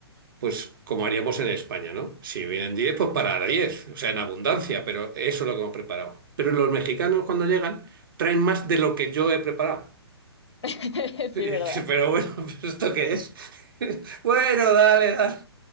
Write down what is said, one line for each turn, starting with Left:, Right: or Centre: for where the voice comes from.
Right: Pues como haríamos en España, ¿no? Si vienen 10, pues para 10, o sea, en abundancia, pero eso es lo que hemos preparado. Pero los mexicanos cuando llegan traen más de lo que yo he preparado. <laughs>
Left: <laughs>
Right: Y
Left: Sí,
Right: dices,
Left: ¿verdad?
Right: pero bueno, <laughs> ¿esto qué es? <laughs> Bueno, dale, dale.